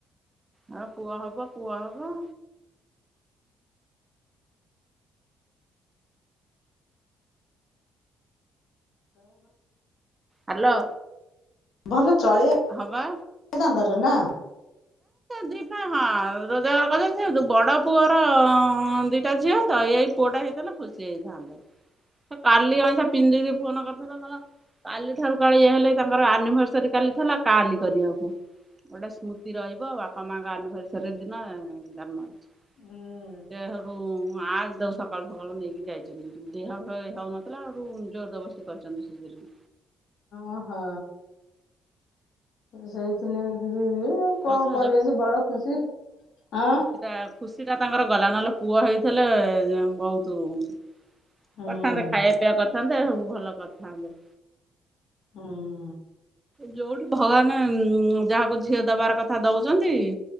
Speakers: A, on the right (about 20°); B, on the left (about 80°).
A: ହଁ ପୁଅ ହବ ପୁଅ ହବ ହାଲୋ
B: ଭଲ ଚଳିଆ
A: ହଁବା।
B: କେ ତାଙ୍କର ନା?
A: ଦିପା ହଁ ରୋଜଗାର କରିଛ ସେ ବଡ଼ ପୁଅର ଦିଟା ଝିଅ ତ ଏଇ ପୁଅଟା ହେଇଥିଲା ଖୁସି ହେଇଥାନ୍ତେ, ସେ କାଲି ଅଇଷା ପିନ୍ଧିକି ଫୋନ କରିଥିଲା କ କାଲି ଠାରୁ କାଳେ ଇଏ ହେଲେ ତାଙ୍କର ଆନିଭର୍ସରୀ କାଲି ଥିଲା କାଲି କରିବାକୁ। ଗୋଟେ ସ୍ମ ରହିବ ବାପା ମାଙ୍କ ଆନିଭର୍ସେରି ଦିନ ଜନ୍ମ ହେଇଛି।
B: ହୁଁ
A: ସେ ହେଇଠୁ ମୁଁ ଆଜି ଦଉ ସକାଳୁ ସକାଳୁ ନେଇକି ଯାଇଛନ୍ତି ଦେହ ହଉନଥିଲା ଆରୁ ଜୋରଦବରସ୍ କରିଛନ୍ତି ଶୀଘ୍ର
B: ଓହୋ। ସେଇଥି ନେଇକରି କଣ
A: ମଝି ରଜ
B: କରିବ ସେ ବଡ ଖୁସି ହଁ।
A: ଖୁସି ଟା ତାଙ୍କର ଗଲା ନହେଲେ ପୁଅ ହେଇଥିଲେ ବୋହୁତ୍
B: ହୁଁ।
A: କରିଥାନ୍ତେ, ଖାଇବା ପିଇବା କରିଥାନ୍ତେ, ଭଲ କରିଥାନ୍ତେ।
B: ହୁଁ।
A: ଯୋଉଠି ଭଗବାନ ଯାହାକୁ ଝିଅ ଦବାର କଥା ଦଉଛନ୍ତି।